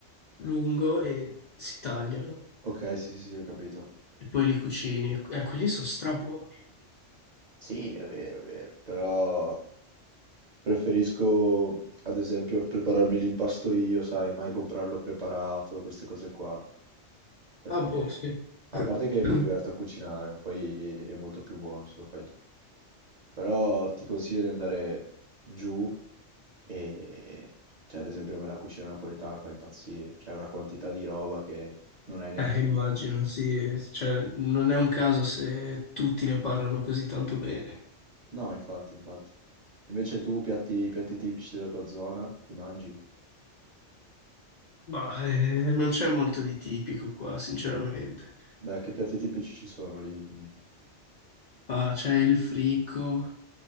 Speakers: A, on the left; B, on the right.
A: lungo e si tagliano.
B: Ok, sì, sì, sì, ho capito.
A: E poi li cucini. Eh, quelli sono strabuoni.
B: Sì, è vero, è vero, però preferisco, ad esempio, prepararmi l'impasto io, sai, mai comprarlo preparato, queste cose qua, perché
A: Ah, boh, sì.
B: a
A: <coughs>
B: parte che mi diverto a cucinare, ma poi è molto più buono se lo fai tu. Però ti consiglio di andare giù e, cioè, ad esempio, a me la cucina napoletana fa impazzire, c'è una quantità di roba che non hai neanche
A: Eh, immagino,
B: idea.
A: sì. Cioè non è un caso se tutti ne parlano così tanto bene.
B: No, infatti, infatti. Invece tu piatti, piatti tipici della tua zona, li mangi?
A: Ma eh, non c'è molto di tipico qua, sinceramente.
B: Beh, che piatti tipici ci sono lì? Mm.
A: Ah, c'è il fricco,